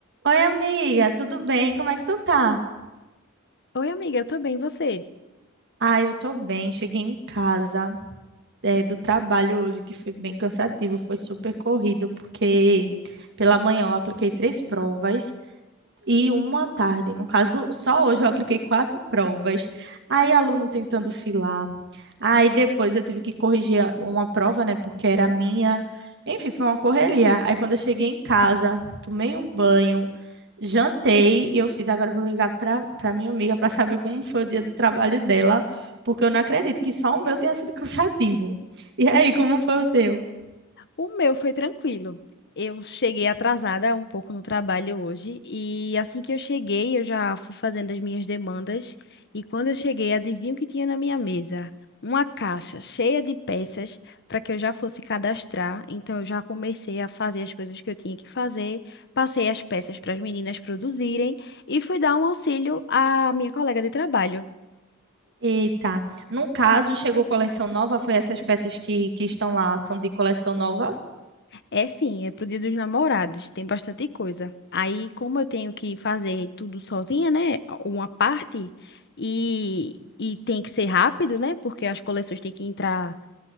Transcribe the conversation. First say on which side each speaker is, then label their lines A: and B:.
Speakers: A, on the right (about 55°); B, on the left (about 55°).
A: Oi, amiga, tudo bem? Como é que tu tá?
B: Oi, amiga, eu tô bem, e você?
A: Ah, eu tô bem. Cheguei em casa, eh, do trabalho hoje, que foi bem cansativo, foi super corrido, porque pela manhã eu apliquei três provas e uma à tarde. No caso, só hoje eu apliquei quatro provas. Aí, aluno tentando filar. Aí, depois eu tive que corrigir a- uma prova, né? Porque era minha. Enfim, foi uma correria. Aí, quando eu cheguei em casa, tomei um banho, jantei e eu fiz. Agora, eu vou ligar para para minha amiga para saber como foi o dia do trabalho dela, porque eu não acredito que só o meu tenha sido <laughs> cansativo. E aí, como foi o teu?
B: O meu foi tranquilo. Eu cheguei atrasada um pouco no trabalho hoje e assim que eu cheguei, eu já fui fazendo as minhas demandas e quando eu cheguei, adivinha o que tinha na minha mesa? Uma caixa cheia de peças para que eu já fosse cadastrar. Então eu já comecei a fazer as coisas que eu tinha que fazer, passei as peças para as meninas produzirem e fui dar um auxílio à minha colega de trabalho.
A: Eita. No caso, chegou coleção nova, foi essas peças que, que estão lá, são de coleção nova?
B: É sim, é pro Dia dos Namorados, tem bastante coisa. Aí, como eu tenho que fazer tudo sozinha, né? Uma parte, e, e tem que ser rápido, né? Porque as coleções têm que entrar